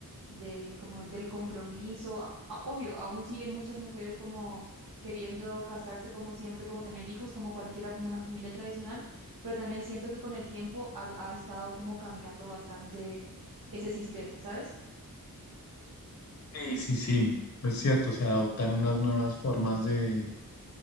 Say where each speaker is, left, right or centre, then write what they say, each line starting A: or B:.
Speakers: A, on the right; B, on the left.
A: de como del compromiso, A- a- obvio, aún siguen muchas mujeres como queriendo casarse como siempre, como tener hijos, como cualquiera, como una familia tradicional, pero también siento que con el tiempo ha, ha estado como cambiando bastante ese sistema, ¿sabes?
B: Sí, sí, sí, es cierto, se adoptan unas nuevas formas de,